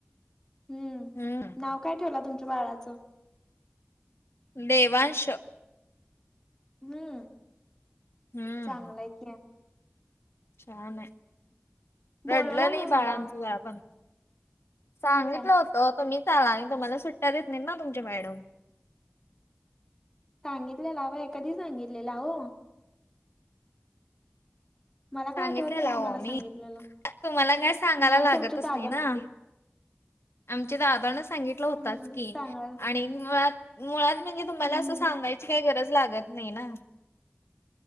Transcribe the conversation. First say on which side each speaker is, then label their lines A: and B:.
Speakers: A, on the left; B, on the left.
A: हम्म
B: हम्म
A: नाव काय ठेवला तुमच्या बाळाचं?
B: देवांश
A: हम्म
B: हम्म
A: चांगला आहे कि
B: छान आहे रडलं
A: बोलवला
B: नाही
A: मला
B: बाळ <unintelligible> सांगितलं
A: होय काय
B: होत तुम्ही आला आणि तुम्हाला सुट्ट्या देत नाही ना तुमच्या मॅडम.
A: सांगितलेला हो कधी सांगितलेला हो. मला
B: सांगितलेला
A: काय आठवत नाही की
B: अहो
A: मला
B: आम्ही
A: सांगितलेलं.
B: तुम्हाला काय सांगायला
A: नाही
B: लागतच
A: तुमच्या दादानी
B: नाही ना. आमच्या दादान सांगितलं होताच
A: हम्म
B: की
A: सांगायला
B: आणि मुळात मुळात म्हणजे तुम्हाला
A: हम्म
B: असं सांगायची काही गरज लागत नाही ना.